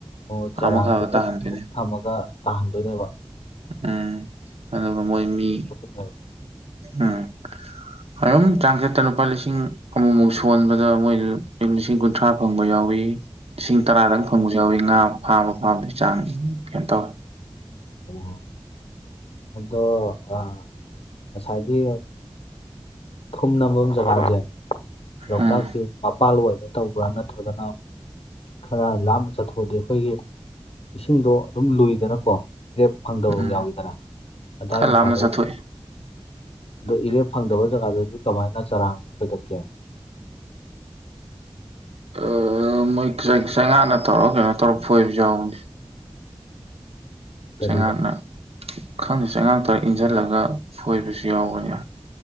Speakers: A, on the left (about 75°); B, on the right (about 80°).
A: ꯑꯣ ꯆꯔꯥꯡꯁꯤ
B: ꯑꯥ ꯃꯈꯥꯗ
A: ꯂꯣꯏ
B: ꯇꯥꯍꯟꯗꯣꯏꯅꯦ
A: ꯄꯨ ꯊꯝꯃꯒ ꯇꯥꯍꯟꯗꯣꯏꯅꯦꯕ
B: ꯎꯝ ꯑꯗꯨꯒ ꯃꯣꯏ ꯃꯤ
A: <unintelligible>
B: ꯎꯝ ꯑꯗꯨꯝ ꯆꯥꯡꯆꯠꯇ ꯂꯨꯄꯥ ꯂꯤꯁꯤꯡ ꯑꯃꯨꯛꯃꯨꯛ ꯁꯣꯟꯕꯗ ꯃꯣꯏ ꯂꯤꯁꯤꯡ ꯀꯨꯟꯊ꯭ꯔꯥ ꯐꯪꯕ ꯌꯥꯎꯏ ꯂꯤꯁꯤꯡ ꯇꯔꯥꯗꯪ ꯐꯪꯕꯁꯨ ꯌꯥꯎꯋꯤ ꯉꯥ ꯐꯥꯕ ꯐꯥꯕꯗꯩ ꯆꯥꯡ ꯀꯩꯅꯣ ꯇꯧ
A: ꯑꯣ ꯑꯗꯣ ꯑꯥ ꯉꯁꯥꯏꯒꯤ ꯐꯨꯝ ꯅꯝꯐꯝ ꯖꯒꯥꯥꯟꯁꯦ ꯂꯣꯛꯇꯥꯛꯀꯤ
B: ꯎꯝ
A: ꯃꯄꯥꯜꯋꯥꯏꯗ ꯇꯧꯕ꯭ꯔꯥ ꯅꯠꯇ꯭ꯔꯒꯅ ꯈꯔ ꯂꯥꯞꯅ ꯆꯠꯊꯣꯛꯑꯗꯤ ꯑꯩꯈꯣꯏꯒꯤ ꯏꯁꯤꯡꯗꯣ ꯑꯗꯨꯝ ꯂꯨꯏꯗꯅꯀꯣ ꯂꯦꯞ ꯐꯪꯗꯕꯕꯥꯎ
B: ꯎꯝ
A: ꯌꯥꯎꯋꯤꯗꯅ ꯑꯗꯥꯏ
B: ꯈꯔ
A: ꯃꯄꯥꯗꯨꯗ
B: ꯂꯥꯞꯅ ꯆꯠꯊꯣꯛꯑꯦ
A: ꯑꯗꯣ ꯏꯔꯦꯞ ꯐꯪꯗꯕ ꯖꯒꯥꯗꯨꯗꯤ ꯀꯃꯥꯏꯅ ꯆꯔꯥꯡ ꯐꯣꯏꯗꯠꯀꯦ
B: ꯑ ꯃꯣꯏ <unintelligible> ꯆꯉꯥꯛꯅ ꯇꯧꯔꯣ ꯀꯩꯅꯣ ꯇꯧꯔꯣ ꯐꯣꯏꯕꯁꯨ ꯌꯥꯎꯕꯅꯦ
A: ꯒꯥꯔꯤꯗ
B: ꯆꯩꯉꯥꯛꯅ ꯈꯪꯗꯦ ꯆꯩꯉꯥꯛꯇ ꯏꯟꯁꯤꯜꯂꯒ ꯐꯣꯏꯕꯁꯨ ꯌꯥꯎꯕꯅꯦ